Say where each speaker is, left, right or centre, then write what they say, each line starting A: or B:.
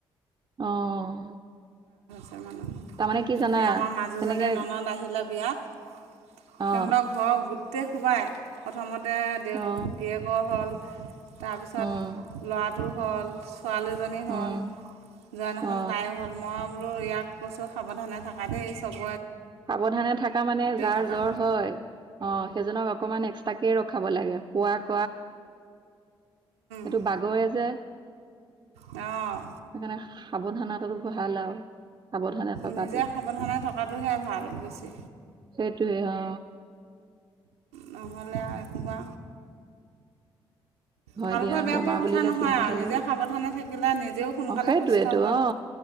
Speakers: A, on the right; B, on the right.
A: অ',
B: <unintelligible>
A: তাৰমানে কি জানা
B: এ আমাৰ মাজুজনী
A: তেনেকে
B: ননদ আহিলে বিয়াত। সিহঁতক
A: অ
B: ঘৰ গোটেই সোপাই প্ৰথমতে দে,
A: অ
B: গিৰিয়েকৰ হ'ল। তাৰপিছত,
A: উম
B: ল'ৰাটো হ'ল, ছোৱালীজনী হ'ল,
A: উম
B: <unintelligible>
A: অ
B: তাই হ'ল মই বোলো ইয়াক কৈছোঁ সাৱধানে থাকা দে চব
A: সাৱধানে থকা মানে যাৰ
B: থাকা
A: জ্বৰ হয়, অ, সেইজনক অকমান এক্সট্ৰাকে ৰখাব লাগে, শুৱাত এইটো
B: অঁ
A: বাগৰে যে।
B: অঁ
A: সেইকাৰণে সাৱধানাতো ভাল আৰু। সাৱধানে থকাটো
B: নিজে সাৱধানে থকাটোহে ভাল। বেছি
A: সেইটোৱে অ,
B: নহ'লে আৰু সোপা।
A: হয়
B: ভাল
A: দিয়া
B: পোৱা বেয়া
A: বেমাৰ
B: পোৱা কথা
A: বুলিলে
B: নহয়
A: চিন্তাহে
B: আৰু নিজে
A: লাগে
B: সাৱধানে থাকিলে নিজেও সোনকালে
A: অ সেইটোৱেতো
B: সুস্থ হ'ল।
A: অ